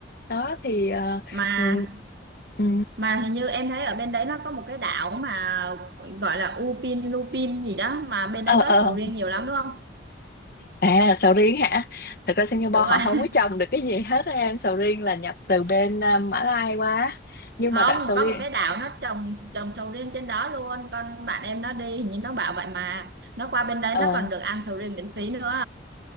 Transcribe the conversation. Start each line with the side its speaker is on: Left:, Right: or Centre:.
Left: đó thì ờ,
Right: mà
Left: ừ, ừ.
Right: mà hình như em thấy ở bên đấy nó có một cái đảo mà gọi là Upin Lupin gì đó mà bên
Left: ờ
Right: đấy có
Left: ờ
Right: sầu riêng nhiều lắm đúng không
Left: À, sầu riêng hả? Thật ra Singapore
Right: đúng rồi
Left: họ
Right: <laughs>
Left: không có trồng được cái gì hết á em. Sầu riêng là nhập từ bên ờ, Mã Lai qua. Nhưng
Right: không
Left: mà đặc sầu
Right: có
Left: riêng
Right: một cái đảo nó trồng trồng sầu riêng trên đó luôn con bạn em nó đi hình như nó bảo vậy mà nó qua bên đấy
Left: ờ,
Right: nó còn được ăn sầu riêng miễn phí nữa